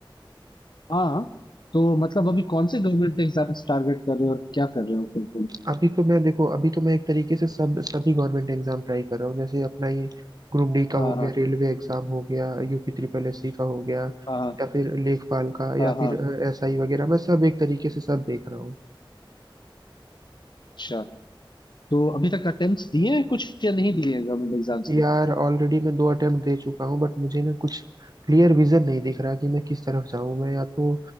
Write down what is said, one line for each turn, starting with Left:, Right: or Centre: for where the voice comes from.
Left: हाँ हाँ। तो मतलब अभी कौन से गवर्नमेंट एग्जाम्स टारगेट कर रहे हो और क्या कर रहे हो फिर तुम
Right: अभी तो मैं देखो अभी तो मैं एक तरीके से सब सभी गवर्नमेंट एग्जाम ट्राई कर रहा हूँ जैसे अपना ये ग्रुप डी का
Left: हाँ
Right: हो
Left: हाँ
Right: गया रेलवे एग्जाम हो गया यूपी ट्रिपल एससी का हो गया
Left: हाँ
Right: या फिर लेखपाल का
Left: हाँ
Right: या
Left: हाँ
Right: फिर
Left: हाँ
Right: एसआई वगैरह मैं सब एक तरीके से सब देख रहा हूँ
Left: अच्छा तो अभी तक अटेम्प्ट्स दिए हैं कुछ या नहीं दिए हैं गवर्नमेंट एग्जाम्स
Right: यार
Left: के
Right: ऑलरेडी मैं दो अटेम्प्ट दे चुका हूँ बट मुझे ना कुछ क्लियर विजन नहीं दिख रहा कि मैं किस तरफ जाऊँ मैं या तो